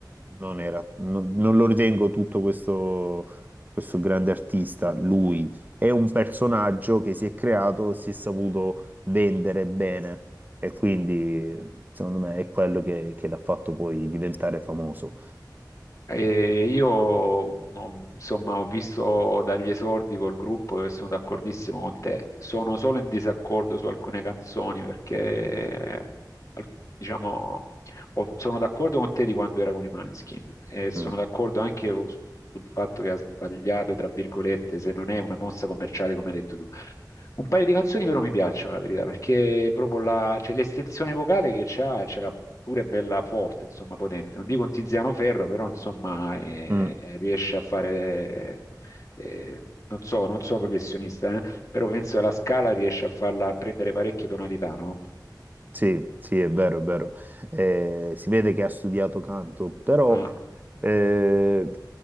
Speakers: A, on the right (about 25°); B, on the left (about 45°).
A: non era, non, non lo ritengo tutto questo, questo grande artista, lui è un personaggio che si è creato, si è saputo vendere bene e quindi secondo me è quello che, che l'ha fatto poi diventare famoso.
B: E io ho- insomma ho visto dagli esordi col gruppo e sono d'accordissimo con te. Sono solo in disaccordo su alcune canzoni perché eh, al- diciamo ho- sono d'accordo con te di quando era con i Maneskin e sono
A: Mm,
B: d'accordo anche su- sul fatto che ha sbagliato, tra virgolette, se non è una mossa commerciale come hai detto tu. Un paio di canzoni però mi piacciono, la verità, perché proprio la- cioè, l'estensione vocale che c'ha, c'era pure bella forte, insomma, potente. Non dico un Tiziano Ferro, però insomma eh,
A: mm.
B: eh, riesce a fare, eh, non so, non sono professionista, eh, però penso che la Scala riesce a farla a prendere parecchie tonalità, no?
A: Sì, sì, è vero, è vero. Eh, si vede che ha studiato canto, però
B: Ah,
A: eh,